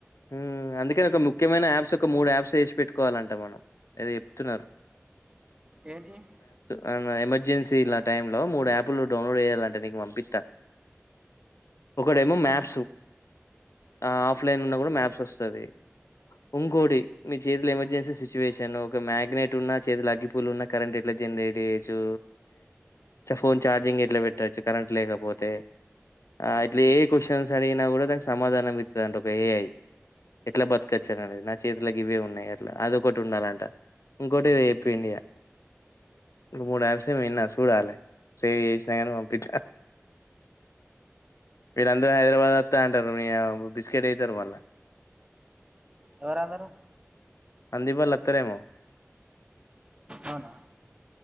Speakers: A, on the left; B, on the right.
A: ఉమ్, అందుకని ఒక ముఖ్యమైన యాప్స్ ఒక
B: ఉమ్,
A: మూడు యాప్స్ ఏసి పెట్టుకోవాలంట మనం. ఏదో చెప్తున్నరు.
B: ఏంటియయి?
A: అవునా, ఎమర్జెన్సీల టైంలో మూడు యాప్లు డౌన్లోడ్ చేయాలంట నీకు పంపిత్తా. ఒకటెమో మ్యాప్స్,
B: ఉమ్,
A: ఆ ఆఫ్లైన్ డ్లగూడ
B: ఉమ్,
A: మాప్స్ వస్తది. ఇంకోటి మీ చేతుల ఎమర్జెన్సీ సిచ్యువేషన్ ఒక మ్యాగ్నెట్ ఉన్నా, చేతుల అగ్గి పుల్లున్నా, కరెంట్ ఎట్ల జనరేట్ చేయొచ్చు? చ ఫోన్ చార్జింగ్ ఎట్ల పెట్టచ్చు కరెంట్ లేకపోతే? ఆ ఇట్ల ఏ క్వశ్చన్స్ అడిగిన కూడా దానికి సమాధానం ఇత్తదంట ఒక ఏఐ. ఎట్ల బతకొచ్చననేది నా చేతిల గివ్వే ఉన్నయి అట్లా అదొకటి ఉండాలంట. ఇంకోటి ఏదో చెప్పిండిగా మూడు యాప్స్ ఏమో విన్నా చూడాలి. సేవ్ చేసినా కాని పంపిత్త. మీరందరు హైదరాబాద్ వస్తా అంటరు, మీ యా బిస్కెట్ అయితరు మళ్ళ.
B: ఎవరందరు?
A: సందీప్ వాళ్ళు అత్రరేమో?
B: అవునా?